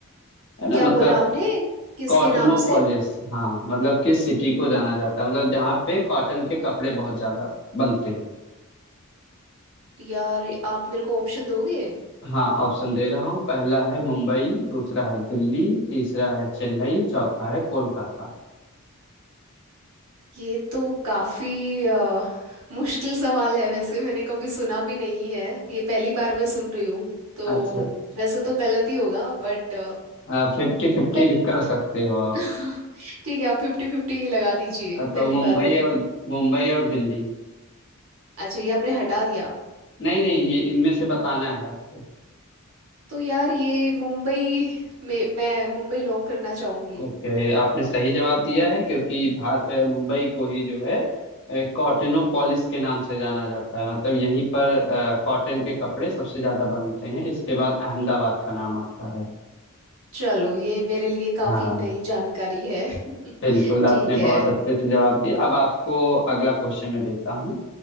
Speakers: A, on the left; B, on the right.
A: है ना
B: क्या
A: मतलब
B: बोला आपने किसके
A: कॉटनो
B: नाम से
A: पॉलिस हाँ मतलब किस सिटी को जाना जाता है मतलब जहाँ पे कॉटन के कपड़े बहुत ज्यादा बनते हैं
B: यार आप मेरे को ऑप्शन दोगे
A: हाँ ऑप्शन दे रहा हूँ पहला है मुंबई दूसरा है दिल्ली तीसरा है चेन्नई चौथा है कोलकाता
B: ये तो काफी अ, मुश्किल सवाल है वैसे मैंने कभी सुना भी नहीं है ये पहली बार मैं सुन रही हूँ तो
A: अच्छा
B: वैसे तो गलत ही होगा बट
A: अच्छा फिफ्टी फिफ्टी
B: मुंबई
A: भी कर सकते हो आप
B: <laughs> ठीक है आप फिफ्टी फिफ्टी लगा दीजिए
A: अ, तो
B: पहली
A: मुंबई
B: बार में ही
A: और मुंबई और दिल्ली
B: अच्छा ये आपने हटा दिया
A: नहीं नहीं ये इनमें से बताना है आपको
B: तो यार ये मुंबई में मैं मुंबई लॉक करना चाहूंगी
A: ओके आपने सही जवाब दिया है क्योंकि भार अ, मुंबई को ही जो है कॉटनोपोलिस के नाम से जाना जाता है मतलब यहीं पर कॉटन के कपड़े सबसे ज्यादा बनते हैं इसके बाद अहमदाबाद का नाम आता है
B: चलो ये मेरे लिए काफी
A: हाँ
B: नई जानकारी है <laughs>
A: बिल्कुल आपने
B: ठीक है
A: बहुत अच्छे से जवाब दिया अब आपको अगला क्वेश्चन मैं देता हूँ